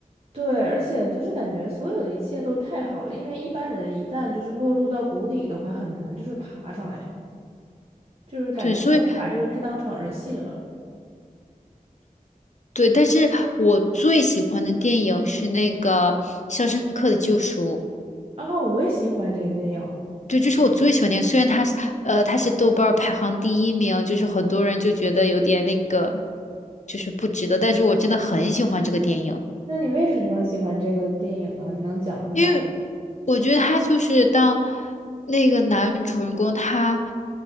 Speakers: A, on the right; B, on the left.
A: 对，而且就是感觉所有的一切都太好了，因为一般人一旦就是落入到谷底的话，很难就是爬上来，就是感觉他有点把这个太当成儿戏了。
B: 对，所以对，但是我最喜欢的电影是那个《肖申克的救赎》，
A: 啊，我也喜欢这个电影。
B: 对，这是我最喜欢的电影。虽然它是呃，它是豆瓣儿排行第一名，就是很多人就觉得有点那个，就是不值得，但是我真的很喜欢这个电影，
A: 那你为什么喜欢这个电影啊？你能讲一讲？
B: 因为我觉得他就是当那个男主人公他。